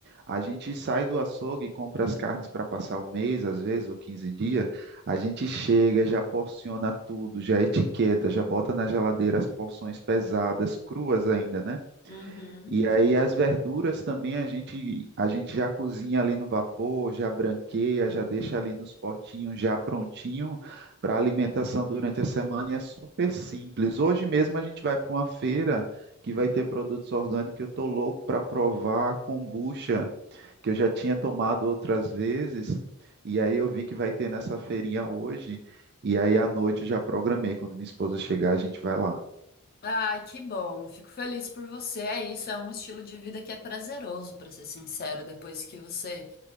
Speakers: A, on the right (about 50°); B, on the left (about 45°).
A: A gente sai do açougue e compra as carnes para passar o mês, às vezes, ou 15 dias. A gente chega, já porciona tudo, já etiqueta, já bota na geladeira as porções pesadas, cruas ainda, né?
B: Uhum.
A: E aí as verduras também a gente a gente já cozinha ali no vapor, já branqueia, já deixa ali nos potinhos já prontinho para alimentação durante a semana e é super simples. Hoje mesmo a gente vai para uma feira que vai ter produtos orgânicos, eu tô louco para provar a kombucha, que eu já tinha tomado outras vezes, e aí eu vi que vai ter nessa feirinha hoje, e aí à noite eu já programei, quando minha esposa chegar a gente vai lá.
B: Ai, que bom. Fico feliz por você. É isso, é um estilo de vida que é prazeroso, para ser sincero. Depois que você